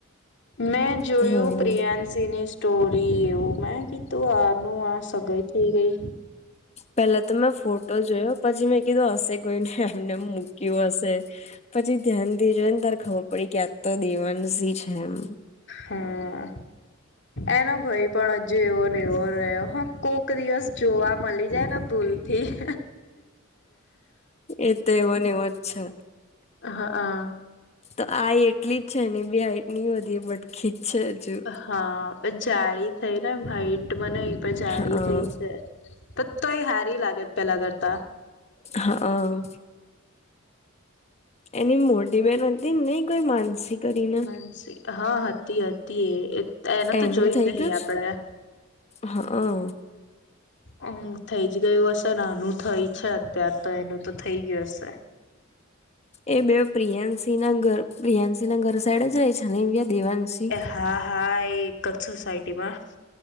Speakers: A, on the left (about 60°); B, on the left (about 30°).
A: મેં જોયું
B: હમ
A: પ્રિયા શેની સ્ટોરી એવું મેં ના કીધું આનું આ સગાઈ થઈ ગઈ.
B: પેલા તો મેં ફોટો જોયો પછી મેં કીધું અશે કોઈનું એમનેમ મૂક્યું હશે. પછી ધ્યાનથી જોઈને તયારે ખબર પડી કે આ તો દેવાંશી છે એમ.
A: હમ્મ, એનો ભય પણ અજુ એવો ને એવો રહ્યો હ કોક દિવસ જોવા મલી જાયને ભૂલથી. હ
B: એ તો એવોન એવો જ છે.
A: હા આ.
B: તો આય એટલી જ છે ને એની બી હાઈટ નઈ વધી બટકી જ છે. હજુ
A: હા પછી જાળી કયરાને ભાઈ. તો મને એ પણ જાડી
B: હા
A: થઈ છે પણ તોય હારી લાગે પેલા કરતાં.
B: હ અ. એની મોટી બેન હતી નઈ કોઈ માનસી. કરીને
A: માનસી હા હતી હતી એ એને તો
B: એનું
A: જોઈ
B: થઈ
A: જ નહીં
B: ગયું
A: આપડે.
B: છે હા
A: હમ્મ, થઈ જ ગયું હશે આનું થઈ છે અત્યાર તો એનું તો થઈ ગયું હશે.
B: એ બેવ પ્રિયાશીના ઘર પ્રિયાંશીના ઘર સાઈડે જ રેય છે ને. દેવાંશી
A: હા હા એ એક જ સોસાયટીમાં.